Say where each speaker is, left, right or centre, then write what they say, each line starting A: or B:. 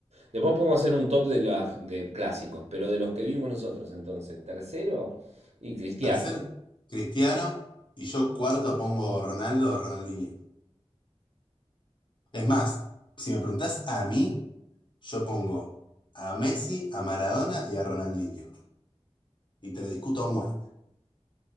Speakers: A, on the right; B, on the left.
A: Después podemos hacer un top de, las de clásicos, pero de los que vimos nosotros entonces. Tercero, y Cristiano.
B: Tercer, Cristiano. Y yo cuarto pongo Ronaldo o Ronaldinho. Es más, si me preguntás a mí. Yo pongo a Messi, a Maradona y a Ronaldinho. Y te lo discuto a muerte.